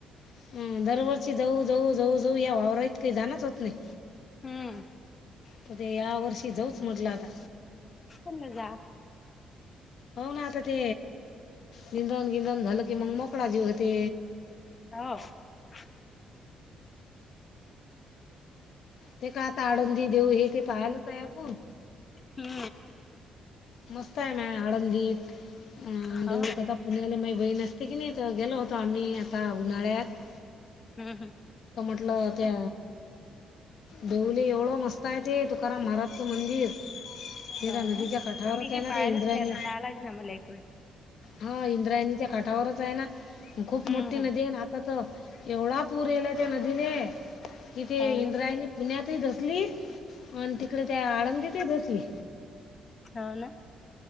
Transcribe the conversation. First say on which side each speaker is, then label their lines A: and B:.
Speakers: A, on the left (about 65°); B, on the left (about 35°).
A: अ दरवर्षी जाऊ जाऊ जाऊ जाऊ या वावरा इ जायणे होत नाही
B: हम्म.
A: त ते या वर्षी जाऊच म्हटलं आता
B: चल जा
A: हो ना आता ते निंदून गिंदण झालं की मग मोकळा जीव होतो
B: ह
A: ते का आळंदी देऊ हे ते पाहालाच आहे आपण
B: हो.
A: मस्त आहे माया आळंदी अ
B: हो.
A: देहू आता पुण्याला माझ बहीण असते की नाही तर गेलो होतो तो आम्ही आता उन्हाळ्यात
B: हम्म हम्म.
A: त म्हटलं त्या देहूला एवढं मस्त आहे ते तुकाराम महाराजचं मंदिर निरा
B: हो ना.
A: नदीच्या काठावरच
B: आम्ही काही
A: आहे ना
B: पाहिलंच
A: ते इंद्रयाणी
B: नाही आता जावं लागेल आम्हाला एक वेळ.
A: हा इंद्रायणीच्या काठावरच आहे ना खूप
B: हम्म
A: मोठी
B: हम्म.
A: नदी आहे आता तर एवढा पूर येला त्या नदीने जिथे
B: हो
A: इंद्रायणी
B: ना.
A: पुण्यात तसली आणि तिकडे त्या आळंदी दसली
B: हो ना